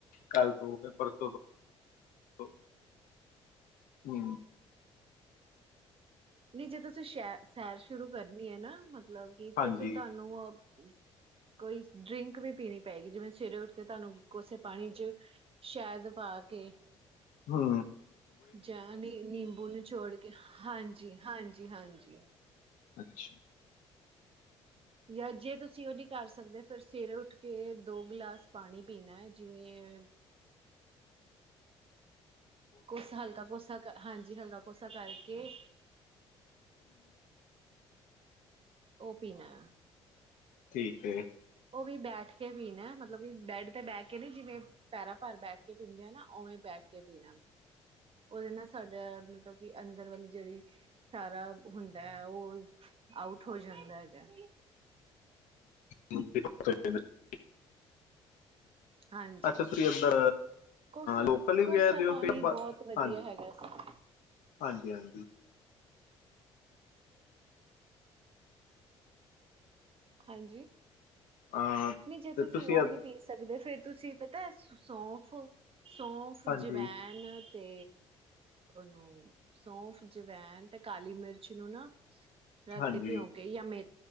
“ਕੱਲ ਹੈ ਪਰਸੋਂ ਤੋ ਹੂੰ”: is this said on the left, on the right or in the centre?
Left